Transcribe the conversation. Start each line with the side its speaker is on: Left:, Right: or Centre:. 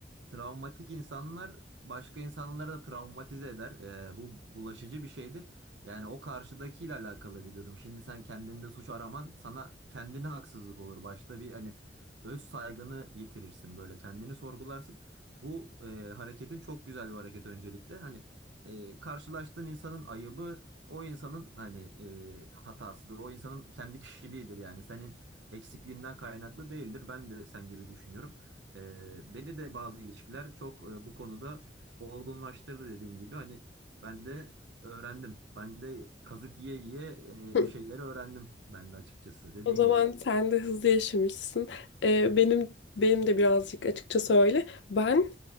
Right: travmatik insanlar başka insanları da travmatize eder. Ee, bu bulaşıcı bir şeydir. Yani o karşıdakiyle alakalı bir durum. Şimdi sen kendinde suç araman sana kendine haksızlık olur. Başta bir hani öz saygını yitirirsin böyle kendini sorgularsın. Bu e, hareketin çok güzel bir hareket öncelikle. Hani e, karşılaştığın insanın ayıbı o insanın hani e, hatasıdır. O insanın kendi kişiliğidir yani. Senin eksikliğimden kaynaklı değildir. Ben de sen gibi düşünüyorum. Ee, beni de bazı ilişkiler çok e, bu konuda olgunlaştırdı dediğin gibi. Hani ben de öğrendim. Ben de kazık yiye yiye e,
Left: <laughs>
Right: bir şeyleri öğrendim ben de açıkçası dediğin
Left: O zaman
Right: gibi.
Left: sen de hızlı yaşamışsın. Ee, benim benim de birazcık açıkça söyle. Ben